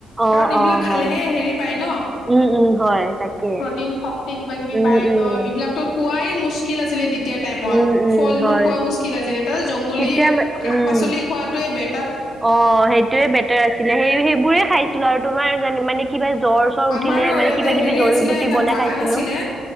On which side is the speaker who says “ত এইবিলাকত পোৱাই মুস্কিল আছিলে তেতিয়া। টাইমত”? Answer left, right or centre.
Left